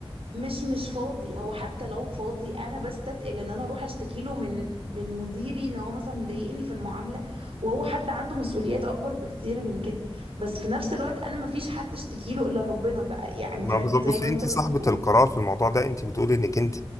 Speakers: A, on the right; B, on the left.
A: مش مش فاضي هو حتى لو فاضي انا بستتقل ان انا اروح اشتكي له من من مديري ان هو مثلا مضايقني في المعامله وهو حد عنده مسؤوليات اكبر بكتير من كده بس في نفس الوقت انا ما فيش حد اشتكي له الا ربنا بقى يعني
B: ما
A: فاهم
B: بالظبط
A: زي
B: بصي
A: ما انت
B: انت
A: ما
B: صاحبة
A: بتقول
B: القرار في الموضوع ده انت بتقولي انك انت